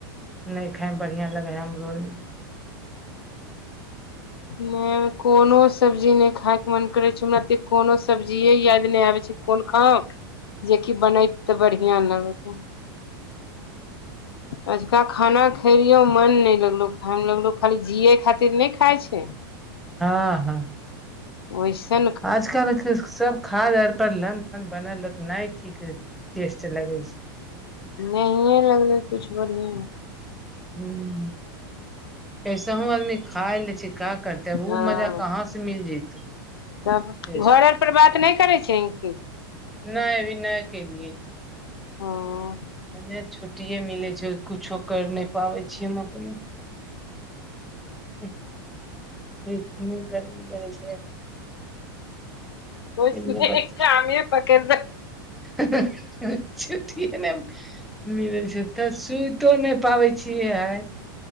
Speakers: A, in the centre; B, on the left.
A: नै खाए मे बढ़िया लगै हाय हमरो नै
B: नै कोनो सब्जी नै खाय के मन करै छौ हमरा ती कोनो सब्जी याद नहि आबै छै कोना खाउ जेकि बनत तऽ बढ़िआ लगत अजका खाना। खलियो मन नहि लगलो खायमे लगलो खाली जियए खातिर नहि खाइ छै।
A: ह, ह
B: ओहिस ने।
A: आज कलके सभ खाद आर पर लन फन बनल नहि ठीक टेस्ट लगे छै।
B: नहिए लगलै किछु बढ़िआ
A: हूँ कैसहु आदमी खा लय छै का करते आब
B: हँ
A: ओ मजा कहा से मिल जतौ
B: तब
A: टेस्ट
B: घर आर पर बात नहि करै छै कि।
A: नहि अभी नहि खेलिय
B: हँ
A: एतने छुट्टिये मिलै छो जो किछो करि नहि पाबै छियो हम अपने <unintelligible>
B: कोइ
A: केने
B: सुनहय
A: बच्चे
B: हे कामे पकड़
A: <unintelligible> मिलै छै तऽ सुतियो नहि पाबै छियै आइ।